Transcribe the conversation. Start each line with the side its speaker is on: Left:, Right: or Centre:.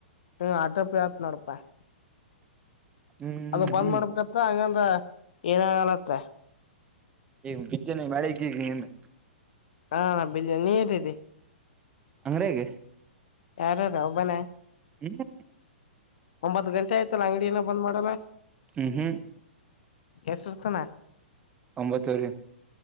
Left: ಹ ಆಟೋ ಪೇ ಆಯ್ತ್ ನೋಡಪ್ಪ
Right: ಹ್ಮ್
Left: ಅದು ಬಂದ್
Right: ಹ್ಮ್
Left: ಮಾಡಬೇಕಂತ ಅಂಗಾದ್ರೆ ಏನಾಗಲ್ಲ ಅಂತೆ
Right: ಈಗ ಮಾಡಬೇಕು ನೀನು
Left: ಹಾ ನೀನು ಎಲ್ಲಿದೆ
Right: ಅಂಗಡಿಯಗ್
Left: ಯಾರ್ಯಾರು ಒಬ್ಬನೆ
Right: ಎಲ್ಲ
Left: ಒಂಬತ್ ಗಂಟೆ ಆಯ್ತಲ್ಲ ಅಂಗಡಿನ ಇನ್ನ ಬಂದ್ ಮಾಡಿಲ್ಲ
Right: ಹ್ಮ್ ಹ್ಮ್
Left: ಎಷ್ಟೋತ್ತುತಾನಾ
Right: ಒಂಬತ್ತುವರೆ